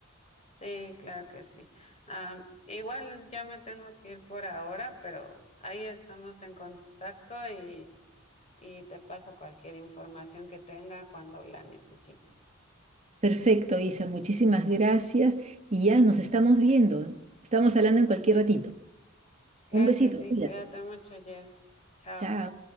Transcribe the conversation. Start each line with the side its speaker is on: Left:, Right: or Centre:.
Left: Sí, claro que sí. Am, igual ya me tengo que ir por ahora, pero ahí estamos en contacto y, y te paso cualquier información que tenga cuando la necesite.
Right: Perfecto, Isa, muchísimas gracias y ya nos estamos viendo. Estamos hablando en cualquier
Left: Sí,
Right: ratito.
Left: claro
Right: Un besito,
Left: que sí.
Right: cuídate.
Left: Cuídate mucho, Jess. Chao.
Right: Chao.